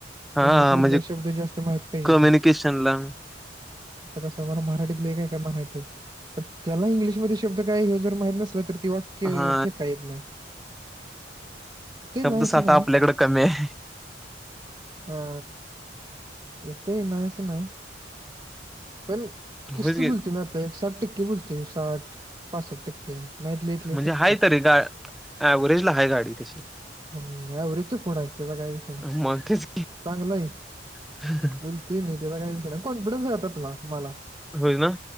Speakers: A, in the centre; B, on the right.
A: हा
B: इंग्लिश मधल
A: म्हणजे
B: शब्द जास्त माहीत पाहिजेती.
A: कम्युनिकेशनला
B: आता कस हाय मला मराठीतले काय- काय माहित आहे. पण त्याला इंग्लिशमध्ये शब्द काय हे जर माहित नसल तर ते वाक्य
A: हा
B: फेका येत नाय.
A: शब्द
B: नाही
A: साठा
B: असं नाही
A: आपल्याकडं कमी हाय.
B: हा. येतय नाय असं नाय पण किस्त
A: होच घे
B: बोलतुय मी आता एक साठ टक्के बोलतोय साठ-पासष्ट टक्के. नाहीतले इथले
A: म्हणजे
B: सत्तर
A: हाय तरी गा आव्हरेज ला हाय गाडी तशी.
B: हम्म अव्हेरजच्या पुढं आहे त्याचा काही विषय नाही
A: मग तेच
B: चांगला आहे.
A: <unintelligible>
B: बोलतोय मी त्याचा काही विषय नाही कॉन्फिडन्स आहे आपला मला.
A: होय ना.